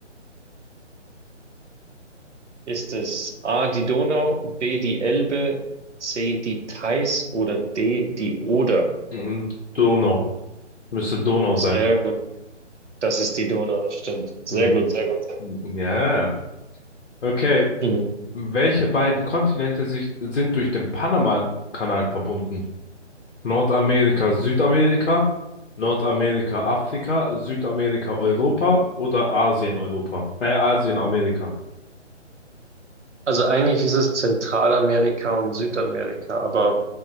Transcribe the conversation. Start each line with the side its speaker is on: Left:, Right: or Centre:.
Right: Ist es A die Donau, B die Elbe, C die Theiß oder D die Oder?
Left: Hm, Donau. Müsste Donau
Right: Sehr
Left: sein.
Right: gut, das ist die Donau, das stimmt. Sehr
Left: Hm.
Right: gut, sehr gut, sehr
Left: Ja. Okay.
Right: gut. Mhm.
Left: Welche beiden Kontinente sich, sind durch den Panama-Kanal verbunden? Nordamerika, Südamerika, Nordamerika, Afrika, Südamerika, Europa oder Asien, Europa? Äh, Asien, Amerika.
Right: Also eigentlich ist es Zentralamerika und Südamerika, aber